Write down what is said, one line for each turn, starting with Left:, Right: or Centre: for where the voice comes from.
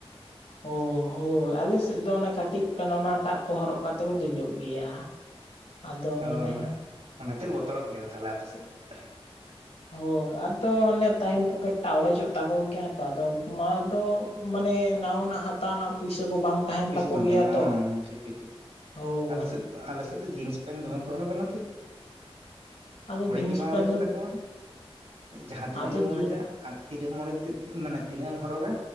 Left: ᱳᱻ ᱦᱳᱭ ᱟᱞᱮᱮᱥᱮᱫ ᱫᱚ ᱚᱱᱮ ᱠᱟᱹᱴᱤᱡ ᱯᱮᱱ ᱚᱱᱟᱴᱟᱜ ᱠᱚ ᱦᱚᱨᱚᱜ ᱠᱟᱛᱮ ᱠᱚ ᱫᱮᱡᱚᱜ ᱜᱮᱭᱟ᱾ ᱟᱫᱚ
Right: ᱚ
Left: ᱢᱟᱱᱮ
Right: ᱵᱟᱝᱼᱟ ᱚᱱᱟ ᱛᱤᱨ ᱵᱚᱛᱚᱨᱚᱜ ᱜᱮᱭᱟ ᱠᱚ ᱛᱷᱟᱞᱮ ᱟᱯᱮ ᱥᱮᱫ ᱫᱚ ᱛᱷᱟᱞᱮ ᱾
Left: ᱦᱳ ᱟᱫᱚ ᱚᱱᱮ ᱛᱟᱭᱚᱢ ᱯᱚᱠᱮᱴ ᱴᱟᱜ ᱚᱲᱮᱡᱚᱜ ᱛᱟᱠᱚ ᱜᱮᱭᱟ ᱛᱚ ᱟᱫᱚ ᱢᱟ ᱫᱚ ᱾ ᱢᱟᱱᱮ ᱱᱟᱣᱟᱱᱟᱜ ᱦᱟᱛᱟᱣ ᱱᱟᱜ ᱯᱩᱭᱥᱟᱹ ᱠᱚ ᱵᱟᱝ ᱛᱟᱦᱮᱱ
Right: ᱯᱩᱭᱥᱟ
Left: ᱛᱟᱠᱚ
Right: ᱵᱟᱝ
Left: ᱜᱮᱭᱟ
Right: ᱛᱟᱦᱮᱱᱟ
Left: ᱛᱚ
Right: ᱦᱮᱸ ᱴᱷᱤᱠ ᱴᱷᱤᱠ ᱴᱷᱤᱠ
Left: ᱦᱳᱭ
Right: ᱟᱞᱮ ᱥᱮᱫ ᱟᱞᱮ ᱥᱮᱫ ᱫᱚ ᱡᱤᱱᱥ ᱯᱮᱱᱴ ᱫᱚᱢᱮ ᱦᱚᱨᱚᱜᱟ ᱱᱟᱛᱮ ᱾
Left: ᱟᱫᱚ
Right: ᱚᱲᱮᱡ
Left: ᱡᱤᱱᱥ
Right: ᱜᱮ ᱵᱟᱝ
Left: ᱯᱮᱱᱴ
Right: ᱚᱲᱮᱡᱚᱜ
Left: ᱫᱚ
Right: ᱛᱟᱠᱚᱣᱟ ᱡᱟᱦᱟᱸ ᱛᱤᱱᱟᱹᱜ
Left: ᱟᱫᱚ
Right: ᱜᱮᱢ
Left: ᱡᱤᱱᱥ
Right: ᱚᱲᱮᱡᱟ ᱾ ᱟᱨ ᱛᱤᱱᱟᱹᱜ <inaudible> ᱢᱟᱱᱮ ᱛᱤᱱᱟᱹᱜ ᱮᱢ ᱦᱚᱨᱚᱜᱟ